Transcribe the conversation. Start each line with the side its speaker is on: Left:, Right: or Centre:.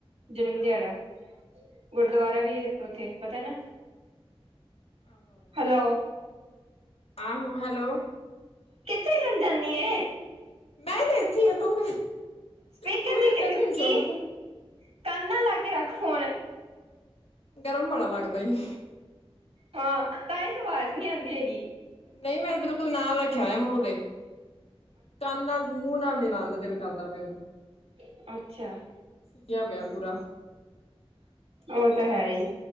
Right: ਜਨਮ ਦਿਹਾੜਾ
Left: ਆਹੋ
Right: ਗੁਰਦੁਆਰਾ ਵੀ ਏ ਓਥੇ ਪਤੈ ਨਾ
Left: ਆਹੋ
Right: ਹੈਲੋ।
Left: ਆਹੋ ਹੈਲੋ
Right: ਕਿੱਥੇ ਚਲ ਜਾਂਣੀ ਏ। <unintelligible>
Left: ਮੈਂ ਤੇ ਇੱਥੇ ਈ ਆ ਤੂੰ
Right: ਸਪੀਕਰ
Left: ਤੂੰ ਹੀ
Right: ਤੇ
Left: ਤੈਨੂੰ ਹੀ
Right: ਕੀ
Left: ਸੁਣਦਾ ਪਿਆ
Right: ਕੰਨ ਨਾਲ ਲਾ ਕੇ ਰੱਖ ਫੋਨ।
Left: ਗਰਮ ਬੜਾ ਲੱਗਦਾ ਹੀਂ।
Right: ਹਾਂ ਤਾਂ ਹੀ ਤੇ ਆਵਾਜ਼ ਨਹੀਂ ਆਂਦੀ ਹੈਗੀ।
Left: ਨਹੀਂ ਮੈਂ ਬਿਲਕੁਲ ਨਾਲ ਰੱਖਿਆ ਹੋਇਆ ਮੂੰਹ ਦੇ। ਕੰਨ ਨਾਲ ਮੂੰਹ ਨਾਲ ਨੀ ਲਾਨ ਦਾ ਦਿਲ ਨਹੀ ਕਰਦਾ ਪਿਆ ਹੈਗਾ।
Right: ਅੱਛਾ-ਅੱਛਾ।
Left: ਸੁਕਿਆ ਪਿਆ ਪੂਰਾ।
Right: ਉਹ ਤਾਂ ਹੈ ਹੀ